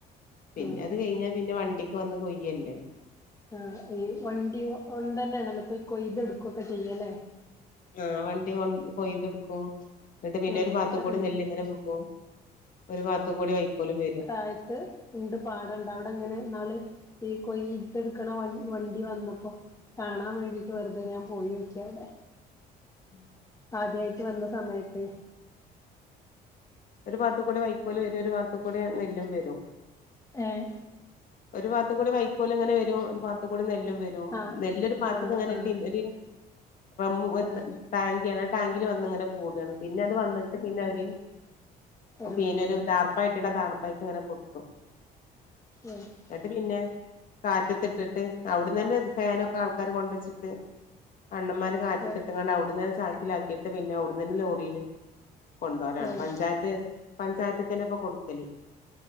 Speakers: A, on the left (about 55°); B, on the left (about 20°).
A: പിന്നത്
B: ഉം
A: കഴിഞ്ഞാ പിന്നെ വണ്ടിക്ക് വന്ന് കൊയ്യല്ലെ
B: ആഹ് ഈ വണ്ടി കൊണ്ടന്നെണല്ലോ ഇപ്പൊയ് കൊയ്തടുക്കൊക്കെ ചെയ്യല്ലെ?
A: ആഹ് വണ്ടി കൊ കൊയ്തെടുക്കും എന്നിട്ട് പിന്നെ
B: ഉം
A: ഒരു പാത്ത് കൂടി നെല്ല് ഇങ്ങനെ വികും ഒരു പാത്തു കൂടി വൈക്കോലും വരും
B: ആത്ത് ഉണ്ട് പാടൊണ്ട് അവിടെങ്ങനെ ഇന്നാള് ഈ കൊയ്തെടുക്കണ വണ്ട് വണ്ടി വന്നപ്പോ കാണാൻ വേണ്ടീട്ട് വെറുതെ ഞാൻ പോയിയോക്കി അവിടെ
A: ഉം
B: ആദ്യായിട്ട് വന്ന സമയത്ത്
A: ഒരു ഭാഗത്ത് കൂടെ വൈക്കോല് വരും ഒരു ഭാഗത്ത് കൂടെ നെല്ലും വരും
B: ഏഹ്
A: ഒരു ഭാഗത്ത്കൂടെ വൈക്കോല് ഇങ്ങനെ വരും ഒരുഭാഗത്ത് കൂടെ നെല്ലും വരും. ഒരു
B: ആഹ്
A: നെല്ലൊരു പാത്തക്ക്
B: ആഹ്
A: ഇങ്ങനെ
B: ആഹ്
A: ഇട്ട് ഒരു റെമ്മ് പോലത്തെ.
B: ആഹ്
A: ടാങ്കിയ ആണ് ആഹ് ടാങ്കില് വന്നിങ്ങനെ കൂടുവാണ് പിന്നെ അത് വന്നിട്ട് പിന്നെ അവര്
B: ആഹ്
A: പിന്നെ ഒരു ദാർപ്പയിട്ടിട്ട് ദാർപ്പായക്ക് ഇങ്ങനെ കൊട്ടും.
B: ആഹ്
A: എന്നിട്ട് പിന്നെ. കാറ്റത്ത് ഇട്ടിട്ട് അവിടുന്ന് തന്നെ ഫാനൊക്കെ ആൾക്കാര് കൊണ്ട് വെച്ചിട്ട്. അണ്ണൻമാര് കാറ്റത്തിട്ട്കാണ്ട്
B: ആഹ്
A: അവിടന്ന് ചാക്കിലാക്കിയിട്ട് പിന്നെ അവിടന്ന് തന്നെ ലോറിയില്. കൊണ്ടരാണ്
B: ഏഹ്
A: പഞ്ചായത്ത് പഞ്ചായത്ത്ക്കന്നെ ഇപ്പൊ കൊടുക്കല്.